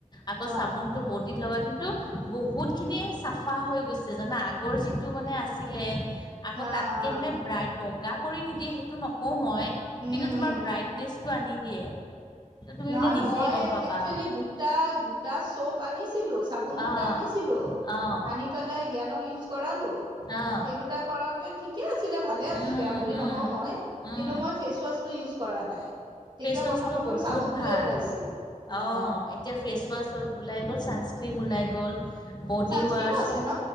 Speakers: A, on the left; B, on the right.
A: আকৌ
B: অ
A: চাবোনটো বডিত লগা কিন্তু! বহুত খিনি চাফা হৈ গৈছে জানা আগৰ যিটো মানে আছিলে আকৌ
B: অ
A: তাতকৈ
B: অ
A: মানে ব্ৰাইট বগা কৰি নিদিয়ে সেইটো নকওঁ মই কিন্তু
B: উম
A: তোমাৰ
B: উম
A: ব্ৰাইটনেছ- টো আনি দিয়ে। ত তুমি
B: নহয়
A: মানে নিজেই
B: মই
A: গম পাবা
B: একচুৱেলি দুটা দুটা চপ আনিছিলো। চাবোন দুটা
A: অঁ
B: আনিছিলো
A: অঁ
B: আনি পেলাই জ্ঞানক ইউজ কৰালো।
A: অঁ
B: সেই দুটা কৰাতে ঠিকে আছিলে ভালে আছিল
A: উম
B: বেয়া বুলি
A: উম
B: নকওঁ মই।
A: উম
B: কিন্তু মই ফেচ ৱাছটো ইওজ কৰা নাই তেতিয়া
A: ফেচ ৱাছটো
B: প্ৰথম প্ৰথম
A: বহুত
B: চাবোন
A: ভাল
B: টোয়ে উলাইছিল
A: অ',
B: অঁ।
A: এতিয়া ফেচ ৱাছ হয় ওলাই গ'ল ছানস্ক্ৰীম ওলাই গ'ল বডি
B: চানস্ক্ৰীমো
A: ৱাছ
B: আছে ন